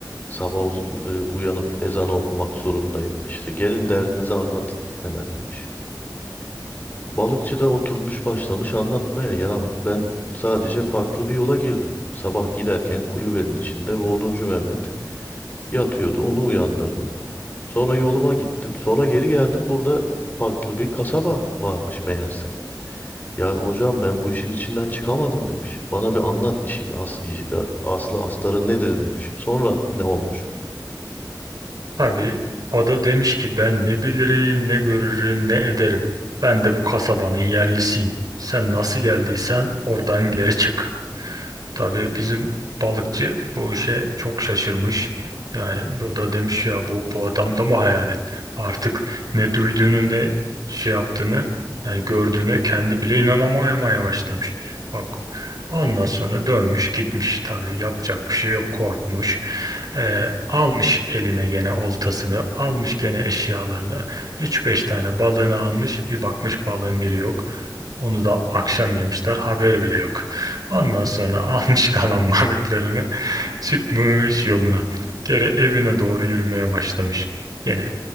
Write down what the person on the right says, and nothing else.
Tabii o da demiş ki ben ne bilirim, ne görürüm, ne ederim. Ben de bu kasabanın yerlisiyim. Sen nasıl geldiysen oradan geri çık. Tabii bizim balıkçı bu işe çok şaşırmış. Yani bu da demiş ya bu bu adamda mı hayalet? Artık ne duyduğunu ne şey yaptığını hani gördüğüne kendi bile inanamamaya başlamış. Bak ondan sonra dönmüş gitmiş tabii yapacak bir şey yok korkmuş. Ee, almış eline gene oltasını almış gene eşyalarını üç beş tane balığını almış bir bakmış balığın biri yok. Onu da akşam yemişler haber bile yok. Ondan sonra <laughs> almış kalan balıklarını çıkmış yoluna. Geri evine doğru yürümeye başlamış. Gene